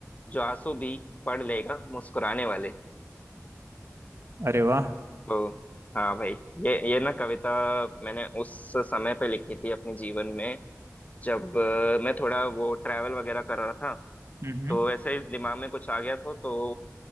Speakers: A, on the left; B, on the right.
A: जो आंसू भी पढ़ लेगा मुस्कुराने वाले
B: अरे वाह
A: तो हाँ भाई ये ये ना कविता मैंने उस समय पे लिखी थी अपने जीवन में जब अ, मैं थोड़ा वो ट्रैवल वगैरह कर रहा था
B: हम्म
A: तो ऐसे ही दिमाग में कुछ आ गया था तो